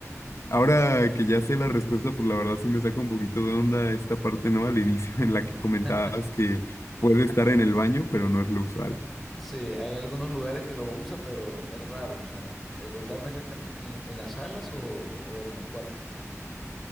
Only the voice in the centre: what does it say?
<laughs>
Sí, hay algunos lugares que lo usan, pero es raro, o sea, eh, regularmente están en, en las salas o, o en los cuartos, ¿no?